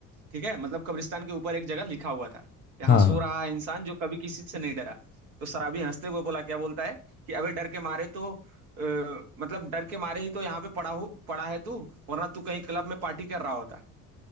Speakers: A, on the right (about 70°); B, on the left (about 20°).
A: ठीक है मतलब कब्रिस्तान के ऊपर एक जगह लिखा हुआ था यहाँ
B: हाँ
A: सो
B: हाँ हाँ
A: रहा है इंसान जो कभी किसी से नहीं डरा तो शराबी हंसते हुए बोला क्या बोलता है कि अबे डर के मारे तो अ, मतलब डर के मारे ही तो यहाँ पे पड़ा हो पड़ा है तू वरना तू कहीं क्लब में पार्टी कर रहा होता